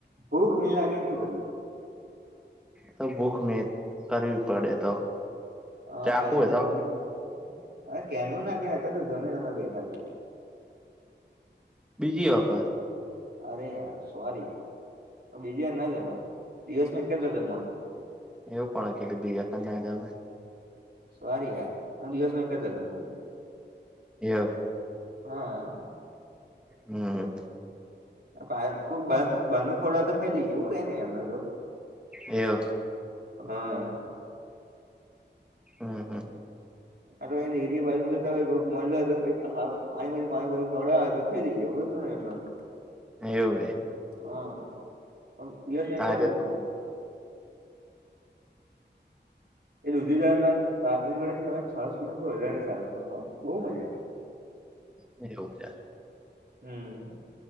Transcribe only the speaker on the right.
ભૂખ ની લાગીને શું કર્યું.
હા
યાર અતાર
જમીન અરે ક્યારનું ના કેવાય અતાર તો જમીન અમે બેઠા છીએ.
અરે યાર સોરી બીજી વાર ના જમાય દિવસમા એક જ વાર જમવાનું.
સોરી યાર હું દિવસમાં એક જ વાર જમું છુ.
હા.
આ બાયો કોણ બાર બારનુ ખવડાવે તો ખઈ લઈએ એવું કઈ નઈ એમને તો.
હા.
આ તો એન એરિયા બાજુમા જતા મળ્યો હોય તો પાણી પૂરી પાણી પૂરી ખવડાવે તો ખઈ લઈ એ એવું કશું નઈ એમાં
હા પણ દિવસ ના
કેવી
રીતના જમવાનું એવુ દુધીદાર ના શાક ની જોડે તમે છાસ પીવું તો વધારે સારું બહુ મજા આવે
હમ્મ.